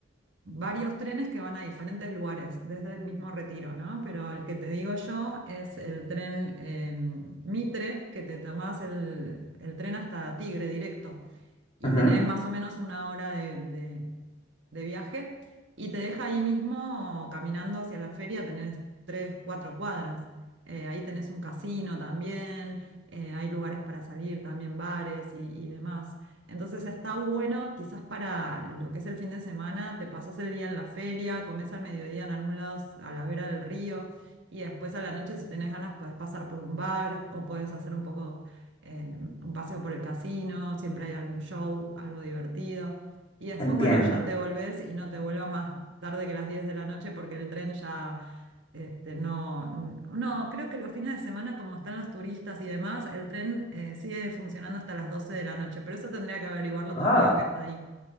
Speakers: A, on the right; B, on the left.
A: varios trenes que van a diferentes lugares, desde el mismo Retiro, ¿no? Pero el que te digo yo es el tren eh, Mitre, que te tomás el, el tren hasta Tigre directo y
B: ujú,
A: tenés más o menos una hora de, de- de viaje y te deja ahí mismo caminando hacia la feria, tenés tres, cuatro cuadras. Eh, ahí tenés un casino también, eh, hay lugares para salir también, bares y, y demás. Entonces está bueno, quizás para lo que es el fin de semana, te pasas el día en la feria, comes al mediodía en algún lado a la vera del río. Y después a la noche, si tenés ganas, podés pasar por un bar o podés hacer un poco eh, un paseo por el casino, siempre hay algún show, algo divertido. Y después,
B: Entiendo.
A: bueno, ya te volvés y no te vuelvas más tarde que las 10 de la noche porque el tren ya este, no, n- no, creo que los fines de semana, como están los turistas y demás, el tren eh, sigue funcionando hasta las 12 de la noche, pero eso tendría que averiguarlo
B: Ah,
A: tu amigo que está ahí.